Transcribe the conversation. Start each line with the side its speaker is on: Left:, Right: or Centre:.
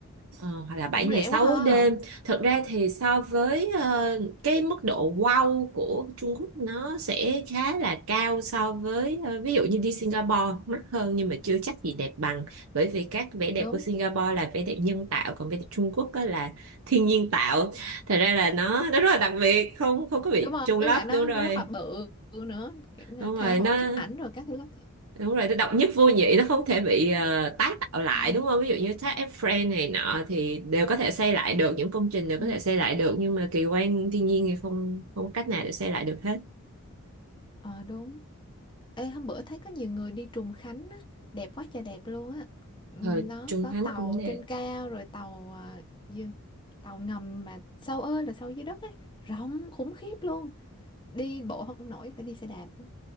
Right: Ờ, hoặc là 7
Left: Cũng
Right: ngày
Left: rẻ
Right: 6
Left: quá ha.
Right: đêm. Thật ra thì so với ờ, cái mức độ wow của Trung Quốc nó sẽ khá là cao so với ờ, ví dụ như đi Singapore mắc hơn nhưng mà chưa chắc gì đẹp bằng bởi vì các vẻ đẹp
Left: Đúng.
Right: của Singapore là vẻ đẹp nhân tạo còn vẻ đẹp Trung Quốc á là thiên nhiên tạo. Thật ra là nó nó rất là đặc biệt, không không có bị
Left: đúng rồi
Right: trùng lắp
Left: với lại nó
Right: đúng rồi.
Left: nó rất là bự nữa kiểu là
Right: Đúng
Left: tha
Right: rồi,
Left: hồ
Right: nó
Left: chụp ảnh rồi các thứ các thứ
Right: đúng rồi nó độc nhất vô nhị nó không thể bị ờ, tái tạo lại
Left: ừ.
Right: đúng không ví dụ như thác Eiffel này nọ thì đều có thể xây lại được những công trình đều
Left: Ừ.
Right: có thể xây lại được nhưng mà kỳ quan thiên nhiên thì không không có cách nào để xây lại được hết
Left: ờ đúng ê hôm bữa thấy có nhiều người đi Trùng Khánh á đẹp quá trời đẹp luôn á Ừ,
Right: ờ,
Left: nó
Right: Trung
Left: có
Right: Thánh
Left: tàu
Right: cũng nè
Left: trên cao rồi tàu à, gì? tàu ngầm mà sâu ơi là sâu dưới đất ấy rộng khủng khiếp luôn đi bộ không nổi phải đi xe đạp á.